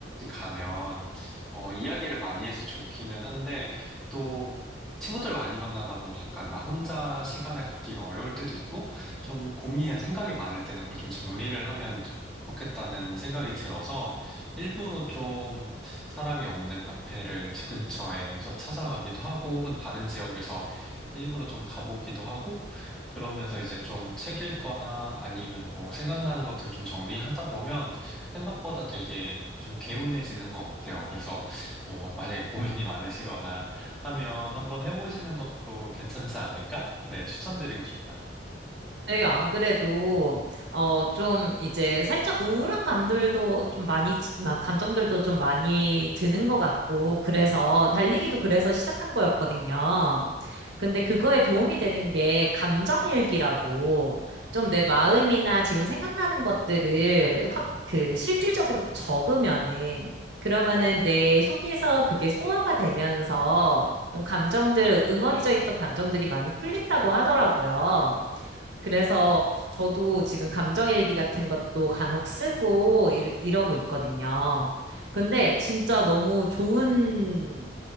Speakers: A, in the centre; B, on the right.
A: 가면, 어, 이야기를 많이 해서 좋기는 한데, 또, 친구들 많이 만나다 보면 약간 나 혼자 시간을 갖기가 어려울 때도 있고, 좀 고민이나 생각이 많을 때는 그걸 좀 정리를 하면 좋겠다는 생각이 들어서 일부러 좀 사람이 없는 카페를 집 근처에서 찾아가기도 하고 혹은 다른 지역에서 일부러 좀 가보기도 하고 그러면서 이제 좀 책 읽거나 아니면 뭐 생각나는 것들 좀 정리하다 보면 생각보다 되게 좀 개운해지는 것 같아요. 그래서 뭐 만약에 <laughs> 고민이 많으시거나 하면 한번 해보시는 것도 괜찮지 않을까? 네, 추천드리고 싶어요.
B: 네, 안 그래도, 어, 좀, 이제, 살짝 우울한 감들도 좀 많이, 막, 감정들도 좀 많이 드는 것 같고, 그래서, 달리기도 그래서 시작한 거였거든요. 근데 그거에 도움이 되는 게, 감정일기라고, 좀 내 마음이나 지금 생각나는 것들을 확, 그, 실질적으로 적으면은, 그러면은 내 속에서 그게 소화가 되면서, 좀 감정들, 응어리져 있던 감정들이 많이 풀린다고 하더라고요. 그래서 저도 지금 감정일기 같은 것도 간혹 쓰고 이러- 이러고 있거든요. 근데 진짜 너무 좋은,